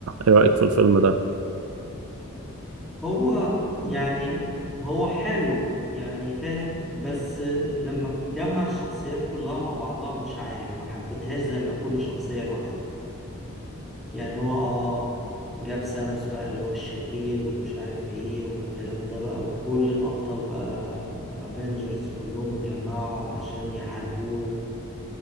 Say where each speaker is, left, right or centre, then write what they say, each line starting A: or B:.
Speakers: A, on the right (about 70°); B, in the centre.
A: ايه رأيك في الفيلم ده
B: هو يعني هو حلو يعني فاهم بس لما جمع الشخصيات كلها مع بعضها مش عارف ما حبيتهاش زي ما كل شخصية لوحدها يعني هو اه جاب سانوس بقى اللي هو الشرير ومش عارف ايه والكلام ده بقى وكل الأبطال بقى افنجرز كلهم اتجمعوا علشان يحاربوه